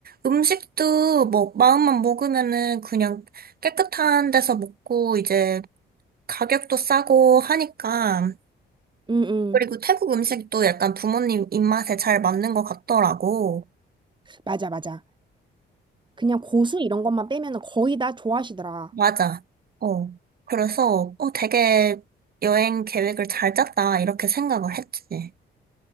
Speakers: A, on the right; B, on the right.
A: 음식도 뭐 마음만 먹으면은 그냥 깨끗한 데서 먹고 이제 가격도 싸고 하니까
B: 응, 응.
A: 그리고 태국 음식도 약간 부모님 입맛에 잘 맞는 것 같더라고.
B: 맞아, 맞아. 그냥 고수 이런 것만 빼면은 거의 다 좋아하시더라.
A: 맞아. 어. 그래서, 어, 되게 여행 계획을 잘 짰다, 이렇게 생각을 했지.